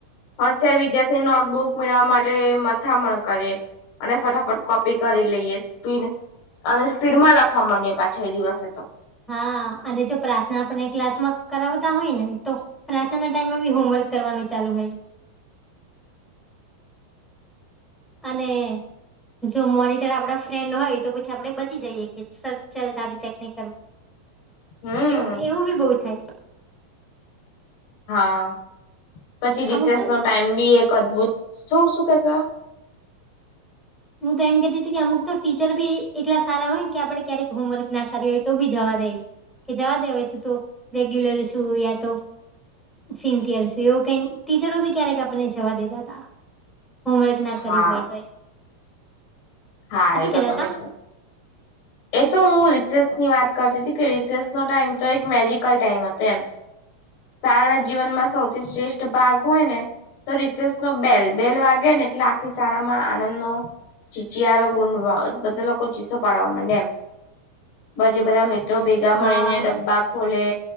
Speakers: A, on the left; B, in the centre.
A: હશ્યારે વિદ્યાર્થીની નોટબુક મેળવવા માટે મથામણ કરીએ અને ફટાફટ કોપી કરી લઈએ સ્પીડ અને સ્પીડ માં લખ સામાન્યે પાછ એ દિવસે તો
B: હા અને જો પ્રાર્થના આપણે ક્લાસમાં કરાવતા હોય, ને તો પ્રાથના ટાઈમમાં બી હોમવર્ક કરવાનું ચાલુ ભાઈ અને જો મોનિટર આપડા ફ્રેન્ડ હોય તો પછી આપડે બચી જઈએ કે સર ચાલ તી ચેક નહીં કરવ
A: હમ
B: એવું એવું બી બહૉ થાય.
A: હા પછી રિસેસ
B: અમુક તો
A: નો ટાઈમ બી એક અદભુત શું શું કેતા
B: હું તો એમ કતી હતી કે અમુક તો ટીચર બી એટલા સારા હોય, ને કે આપડે ક્યારેક હોમવર્ક ના કર હોય તો બી જવા દે કે જવા દે હોય તું તો રેગ્યુલર શું યા તો સિન્સિયર છ એવું કઈ ટીચરો બી ક્યારેક આપને જવા દેતા તા હોમવર્ક ના કર્યું
A: હા
B: હોય તોય
A: હા એ તો
B: કેતા
A: તમે
B: તા <inaudible>
A: એ તો હું રિસેસ ની વાત કરતી હતી કે રિસેસ નો ટાઈમ તો એક મેજિકલ ટાઈમ હતો એમ શાળા ના જીવનમાં સૌથી શ્રેષ્ઠ ભાગ હોય ને તો રિસેસ નો બેલ બેલ વાગે ને એટલે આખી શાળામાં આનંદ નો ચાર ગુ બધા લોકો ચીસો પાડવા માંડ બધા જો ભેગા
B: હા
A: મળીને ડબ્બા ખોલે